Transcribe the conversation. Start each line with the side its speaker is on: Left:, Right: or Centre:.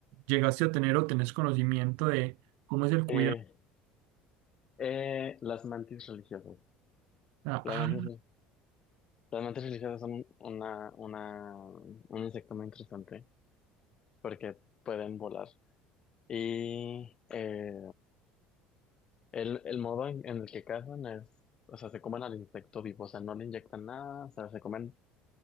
Right: llegaste a tener o tenés conocimiento de cómo es el
Left: Eh,
Right: cuidado.
Left: eh, las mantis religiosas.
Right: Ah,
Left: Las
Right: ah,
Left: mantis, las mantis religiosas son una, una, un insecto muy interesante porque pueden volar. Y eh, el, el modo en, en el que cazan es, o sea, se comen al insecto vivo, o sea, no le inyectan nada, o sea, se comen